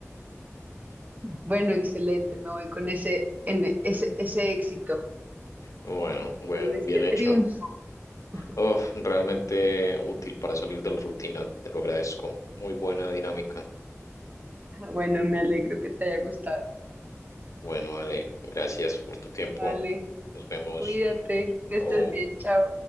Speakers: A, on the right (about 30°); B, on the left (about 80°).
A: Bueno, excelente. Me voy con ese, en- ese, ese éxito,
B: Bueno, bueno,
A: con este
B: bien hecho.
A: triunfo. <laughs>
B: Uf, realmente útil para salir de la rutina. Te lo agradezco. Muy buena dinámica.
A: Bueno, me alegro que te haya gustado.
B: Bueno, Ale, gracias por tu tiempo.
A: Vale,
B: Nos vemos.
A: cuídate, que
B: Au.
A: estés bien, chao.